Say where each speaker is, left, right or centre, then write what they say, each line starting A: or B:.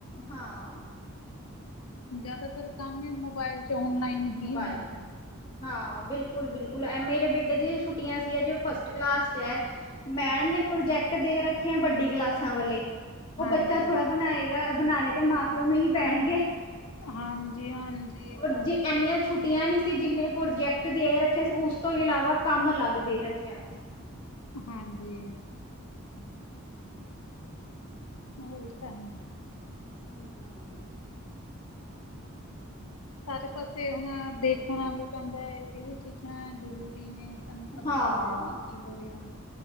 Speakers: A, on the left; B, on the left.
A: ਹਾਂ।
B: ਜ਼ਿਆਦਾਤਰ ਕੰਮ ਵੀ ਮੋਬਾਇਲ 'ਚ ਔਨਲਾਈਨ।
A: ਮੋਬਾਇਲ।
B: ਹੀ ਹੁੰਦਾ ਹੈ
A: ਹਾਂ ਬਿਲਕੁਲ- ਬਿਲਕੁਲ ਐ ਮੇਰੇ ਬੇਟੇ ਦੀਆਂ ਵੀ ਛੁੱਟੀਆਂ ਸੀ, ਹਜੇ ਉਹ ਫਸਟ ਕਲਾਸ 'ਚ ਹੈ। ਮੈਡਮ ਨੇ ਪ੍ਰੋਜੈਕਟ ਦੇ ਰੱਖੇ ਆ ਵੱਡੀ ਕਲਾਸਾਂ ਵਾਲੇ। ਉਹ
B: ਹਾਂਜੀ।
A: ਬੱਚਾ ਥੋੜ੍ਹਾ ਬਣਾਏਗਾ, ਬਣਾਉਣੇ ਤਾਂ ਮਾਂ- ਪਿਓ ਨੂੰ ਹੀ ਪੈਣਗੇ।
B: ਹਾਂਜੀ, ਹਾਂਜੀ
A: ਔਰ
B: ਬਸ।
A: ਜੇ ਇੰਨੀਆਂ ਛੁੱਟੀਆਂ ਨੀ ਸੀ। ਜਿੰਨੇ ਪ੍ਰੋਜੈਕਟ ਦੇ ਰੱਖੇ ਸੀ। ਉਸ ਤੋਂ ਇਲਾਵਾ ਕੰਮ ਅਲੱਗ ਦੇ ਰੱਖਿਆ ਸੀ।
B: ਹਾਂਜੀ। ਇਹ ਤਾਂ ਹੈ।
A: ਹੁੰ।
B: ਸਾਰੇ ਪਾਸੇ ਹੁਣ ਦੇਖਣਾ ਵੀ ਪੈਂਦਾ ਹੈ। ਇਹ ਵੀ ਚੀਜ਼ਾਂ ਜ਼ਰੂਰੀ ਨੇ। ਸਾਨੂੰ ਪਤਾ
A: ਹਾਂ
B: ਕੀ- ਕੀ ਹੋ ਰਿਹਾ ਹੈ।